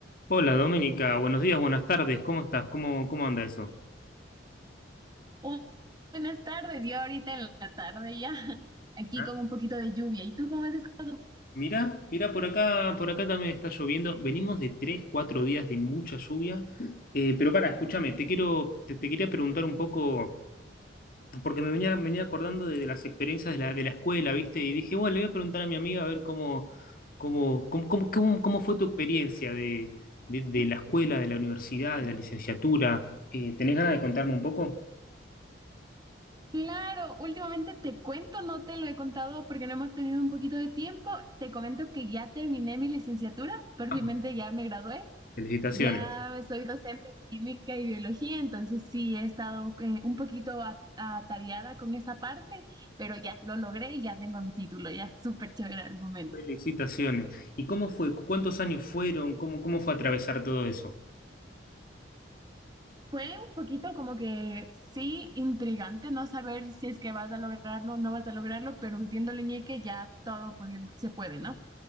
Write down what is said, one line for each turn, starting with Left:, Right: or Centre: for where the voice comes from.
Left: Hola Doménica, buenos días, buenas tardes, ¿cómo estás? ¿Cómo, cómo anda eso?
Right: Oh, buenas tardes, yo ahorita en la tarde ya, <laughs> aquí
Left: ¿Ah?
Right: con un poquito de lluvia. ¿Y tú cómo has estado?
Left: Mirá, mirá, por acá, por acá también está lloviendo. Venimos de tres, cuatro días de mucha lluvia. Eh, pero para, escúchame, te quiero, te, te quería preguntar un poco, porque me venía, me venía acordando de, de las experiencias de la, de la escuela, ¿viste? Y dije, bueno, le voy a preguntar a mi amiga a ver cómo, cómo, cómo, cómo, cómo- cómo fue tu experiencia de, de- de la escuela, de la universidad, de la licenciatura. Eh, ¿tenés ganas de contarme un poco?
Right: Claro, últimamente te cuento, no te lo he contado porque no hemos tenido un poquito de tiempo. Te comento que ya terminé mi licenciatura, perfectamente
Left: Vamos.
Right: ya me gradué,
Left: Felicitaciones.
Right: ya soy docente de química y biología, entonces sí he estado eh, un poquito a- atareada con esa parte, pero ya lo logré y ya tengo mi título, ya súper chévere al momento.
Left: Felicitaciones. ¿Y cómo fue? ¿Cu- ¿Cuántos años fueron? ¿Cómo, cómo fue atravesar todo eso?
Right: Fue un poquito como que sí, intrigante no saber si es que vas a lograrlo o no vas a lograrlo, pero metiéndole ñeque ya todo pudiendo- se puede, ¿no?